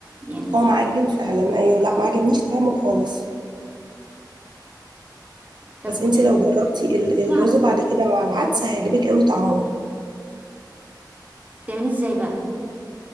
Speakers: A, on the right; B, on the right.
A: يعني
B: هو معجن فعلا ايوه لا
A: اه
B: ما عجبنيش طعمه خالص
A: طب
B: بس
A: قولي
B: انت لو جربتي ال-
A: قولي
B: الرز
A: على
B: بعد كده مع العدس هيعجبك قوي طعمه
A: بتعمليه ازاي بقى